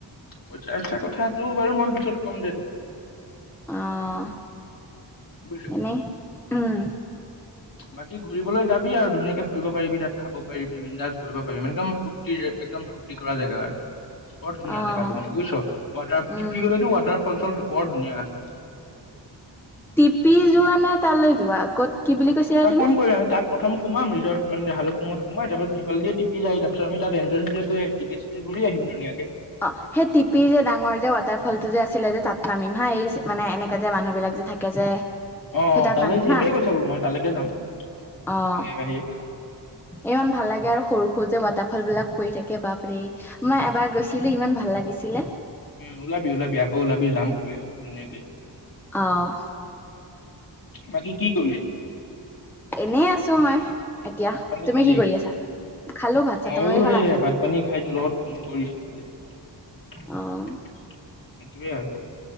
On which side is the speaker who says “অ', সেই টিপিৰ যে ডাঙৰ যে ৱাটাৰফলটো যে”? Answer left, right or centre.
Centre